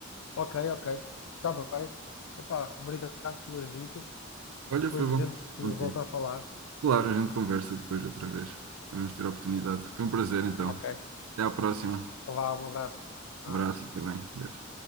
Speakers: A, on the left; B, on the right.
A: Ok, ok. Está bem. Epá, obrigado pelas dicas.
B: Olha,
A: Depois
B: foi bom
A: a gente
B: conversar contigo.
A: volta a falar.
B: Claro, a gente conversa depois outra vez. Vamos ter a oportunidade. Foi um prazer, então.
A: Ok.
B: Até à próxima.
A: Vá, um abraço. Ah,
B: Abraço e fica bem. Adeus.